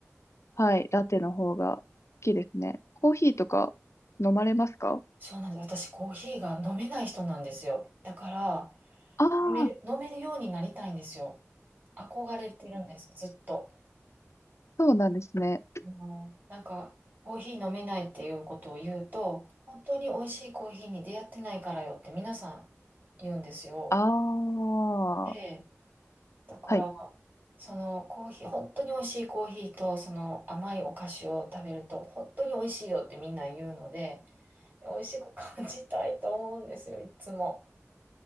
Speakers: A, on the left; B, on the right.
A: はい、ラテの方が好きですね。コーヒーとか飲まれますか
B: そうなんです。私、コーヒーが飲めない人なんですよ。だから、
A: ああ
B: 飲める、飲めるようになりたいんですよ。憧れてるんです、ずっと。
A: そうなんですね。
B: もうなんか、コーヒー飲めないっていうことを言うと、本当に美味しいコーヒーに出会ってないからよって皆さん言うんですよ。
A: ああ、は
B: でだから、
A: い。
B: そのコーヒー、本当に美味しいコーヒーと、その甘いお菓子を食べると、本当に美味しいよってみんな言うので、美味しく感じたいと思うんですよ、いつも。